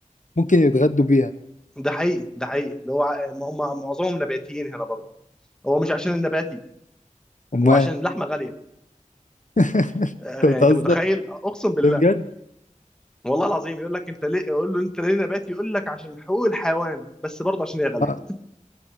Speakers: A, on the left; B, in the centre.
A: ممكن يتغدوا بيها
B: ده حقيقي ده حقيقي اللي هو ع- هم معظمهم نباتيين هنا برضه هو مش عشان النباتي
A: امال
B: هو عشان اللحمه غاليه
A: <laughs> انت
B: آه، يعني
A: بتهزر
B: انت متخيل اقسم بالله
A: ده بجد
B: والله العظيم يقول لك انت ليه يقول له انت ليه نباتي يقول لك عشان حقوق الحيوان بس برضه عشان هي غاليه
A: آه،